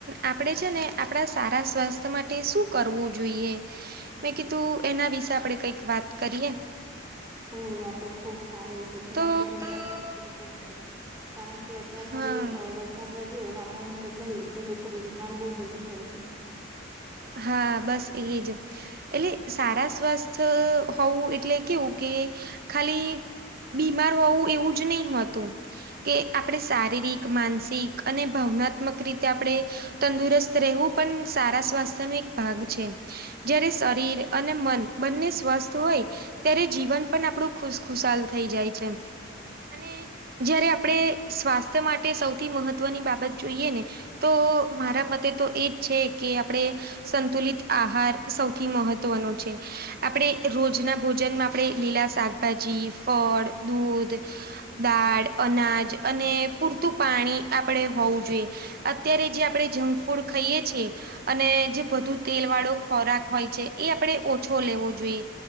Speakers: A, on the right (about 50°); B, on the right (about 15°).
A: આપણેે છે ને આપણા સારા સ્વાસ્થ્ય માટે શું કરવું જોઈએ મેં કીધું એના વિશે આપણેે કઈક વાત કરીએ
B: ઓ આ તો ખુબ સારો વિષય છે
A: તો
B: અત્યારે તો પણ છે કારણ કે અત્યારે
A: હા
B: હવે વરસાદ વધ્યો વાતાવરણ બદલાયું તો લોકો બીમાર બહુ જલ્દી પડશે
A: હા બસ એજ એટલે સારા સ્વસ્થ હોવું એટલે કેવું કે ખાલી બીમાર હોવું એવું જ નહી હોતું કે આપણે શારીરિક માનસિક અને ભાવનાત્મક રીતે આપણે તંદુરસ્ત રહેવું પણ સારા સ્વાસ્થ્યનો એક ભાગ છે જયારે શરીર અને મન બંને સ્વસ્થ હોય ત્યારે જીવન પણ આપણું ખુશખુશાલ થઈ જાય છે અને જયારે આપણે સ્વાસ્થ્ય માટે સૌથી મહત્વની બાબત જોઈએ ને તો મારા મતે તો એજ છે કે આપણેે સંતુલિત આહાર સૌથી મહત્વનો છે આપણેે રોજના ભોજનમાં આપણેે લીલા શાકભાજી ફળ દૂધ દાળ અનાજ અને પૂરતું પાણી આપણેે હોવું જોઈએ અત્યારે જે આપણેે જંક ફૂડ ખાઈએ છીએ અને જે વધુ તેલ વાળો ખોરાક હોય છે એ આપણે ઓછો લેવો જોઈએ